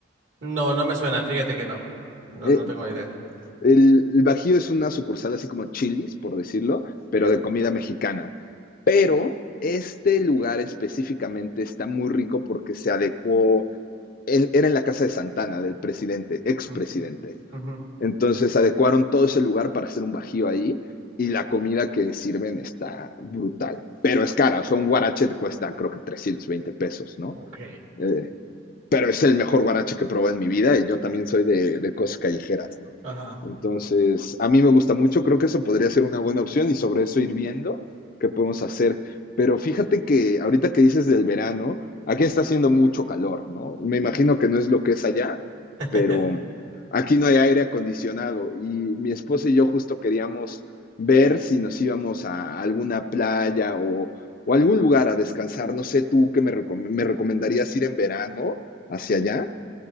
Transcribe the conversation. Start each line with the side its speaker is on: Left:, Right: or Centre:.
Right: No, no me suena, fíjate que no. No,
Left: E-
Right: no tengo idea.
Left: El, el Bajío es una sucursal así como Chili's, por decirlo, pero
Right: Ya.
Left: de comida mexicana. Pero este lugar específicamente está muy rico porque se adecuó, en- era en la casa de Santana, del presidente, expresidente.
Right: Mm, ujú.
Left: Entonces adecuaron todo ese lugar para hacer un bajío ahí y la comida que sirven está brutal, pero es cara, o sea, un guarache te cuesta creo que 320 pesos, ¿no?
Right: Ok.
Left: Eh, pero es el mejor guarache que probé en mi vida y yo también soy de, de cosas callejeras, ¿no?
Right: Ajá.
Left: Entonces, a mí me gusta mucho, creo que eso podría ser una buena opción y sobre eso ir viendo qué podemos hacer. Pero fíjate que ahorita que dices del verano, aquí está haciendo mucho calor, ¿no? Me imagino que no es lo que es allá,
Right: <laughs>
Left: pero aquí no hay aire acondicionado y mi esposa y yo justo queríamos ver si nos íbamos a alguna playa o, o algún lugar a descansar. No sé, tú qué me, recom- me recomendarías ir en verano hacia allá.